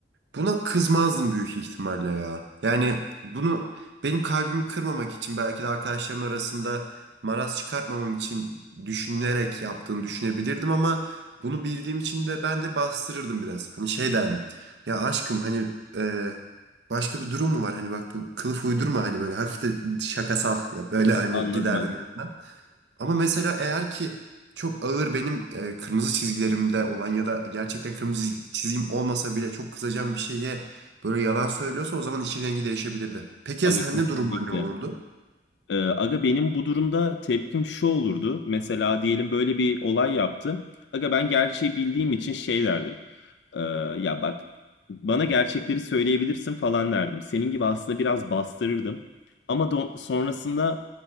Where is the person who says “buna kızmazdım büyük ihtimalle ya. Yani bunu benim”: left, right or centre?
Right